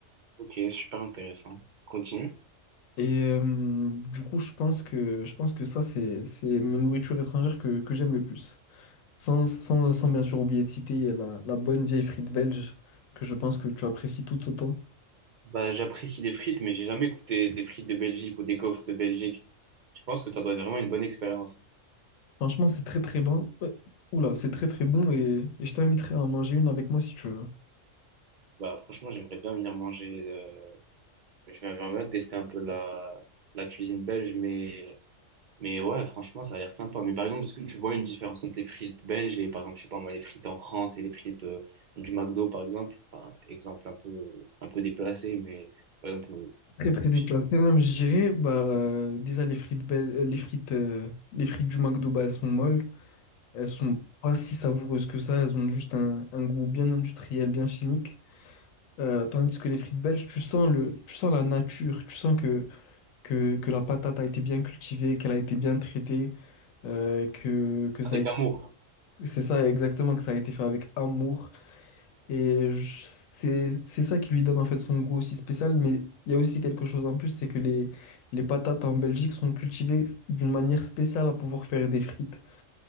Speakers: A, on the right; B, on the left.
A: Ok, super intéressant. Continue.
B: Et euh, du coup, je pense que, je pense que ça, c'est, c'est mes nourritures étrangères que, que j'aime le plus. Sans, sans, sans bien sûr oublier de citer la, la bonne vieille frite belge, que je pense que tu apprécies tout autant.
A: Bah, j'apprécie les frites, mais j'ai jamais goûté des frites de Belgique ou des gaufres de Belgique. Je pense que ça doit être vraiment une bonne expérience.
B: Franchement, c'est très très bon. Euh, Oula, c'est très très bon et, et je t'inviterai à en manger une avec moi si tu veux.
A: Bah, franchement, j'aimerais bien venir manger. J'aimerais bien tester un peu la, la cuisine belge, mais, mais ouais, franchement, ça a l'air sympa. Mais par exemple, est-ce que tu vois une différence entre les frites belges et, par exemple, je sais pas moi, les frites en France et les frites euh, du McDo, par exemple? Enfin, exemple un peu, un peu déplacé, mais par exemple, euh,
B: Très très déplacé
A: je sais-
B: même, je dirais. Bah, euh, déjà, les frites, belles, euh, les frites, euh, les frites du McDo, bah, elles sont molles. Elles sont pas si savoureuses que ça. Elles ont juste un, un goût bien industriel, bien chimique. Euh, tandis que les frites belges, tu sens le, tu sens la nature. Tu sens que, que, que la patate a été bien cultivée, qu'elle a été bien traitée, euh, que, que ça,
A: avec
B: a-
A: amour.
B: c'est ça exactement, que ça a été fait avec amour. Et je- c'est c'est ça qui lui donne en fait son goût aussi spécial. Mais il y a aussi quelque chose en plus, c'est que les, les patates en Belgique sont cultivées d'une manière spéciale à pouvoir faire des frites.